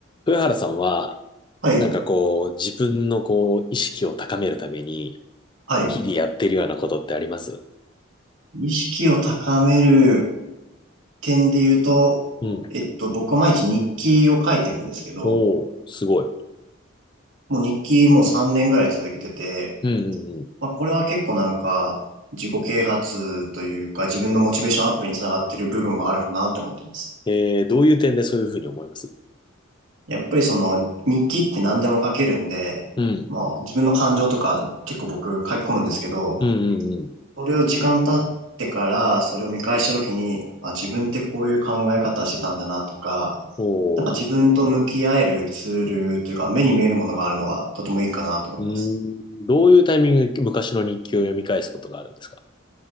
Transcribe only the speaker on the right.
はい。
はい。
意識を高める点で言うと、
えっと、僕は毎日日記を書いてるんですけど、
もう日記もう3年ぐらい続けてて、
まあ、これは結構なんか、自己啓発というか、自分のモチベーションアップにつながってる部分はあるかなって思ってます。
やっぱりその、日記って何でも書けるんで、
まあ、自分の感情とか結構僕書き込むんですけど、
それを時間経ってから、それを見返した時に、あ、自分ってこういう考え方してたんだなとか、
なんか自分と向き合えるツールというか、目に見えるものがあるのがとてもいいかなと思います。